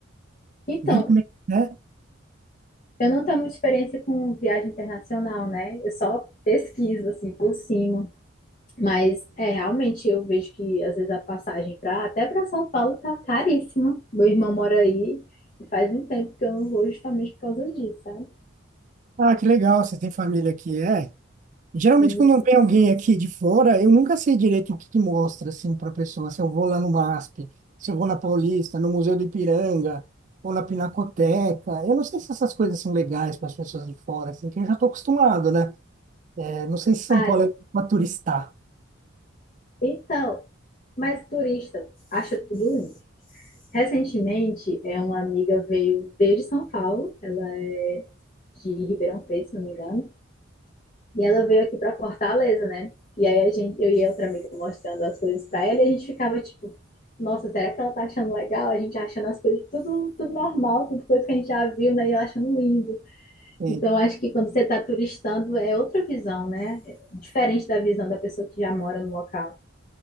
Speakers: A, on the left (about 35°); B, on the right (about 40°).
A: Então,
B: Vira, e mexe, né?
A: eu não tenho muita experiência com viagem internacional, né? Eu só pesquiso, assim, por cima. Mas é realmente eu vejo que às vezes a passagem para até para São Paulo tá caríssima. Meu irmão mora aí e faz um tempo que eu não vou justamente por causa disso, sabe?
B: Ah, que legal, você tem família aqui. É. Geralmente,
A: Isso.
B: quando vem alguém aqui de fora, eu nunca sei direito o que que mostra, assim, para a pessoa. Se eu vou lá no MASP, se eu vou na Paulista, no Museu do Ipiranga, ou na Pinacoteca. Eu não sei se essas coisas são legais para as pessoas de fora, assim, que eu já estou acostumado, né? Não sei se São
A: Ai,
B: Paulo é para turistar.
A: então, mas turista acha tudo lindo. Recentemente, é uma amiga veio desde São Paulo, ela é de Ribeirão Preto, se não me engano. E ela veio aqui pra Fortaleza, né? E aí a gente, eu e outra amiga mostrando as coisas pra ela e a gente ficava tipo, nossa, será que ela tá achando legal? A gente achando as coisas tudo, tudo normal, tudo coisa que a gente já viu, né? E ela achando lindo.
B: É,
A: Então, acho que quando você tá turistando é outra visão, né? É diferente da visão da pessoa que já mora no local.